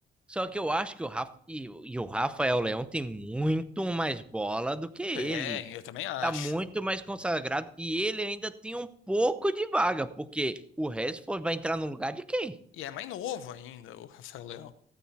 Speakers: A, in the centre; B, on the left.
A: Só que eu acho que o Rafa e, e o Rafael Leão tem muito mais bola do que ele.
B: Tem, eu também acho.
A: Tá muito mais consagrado e ele ainda tem um pouco de vaga, porque o Rashford vai entrar no lugar de quem?
B: E é mais novo ainda, o Rafael Leão.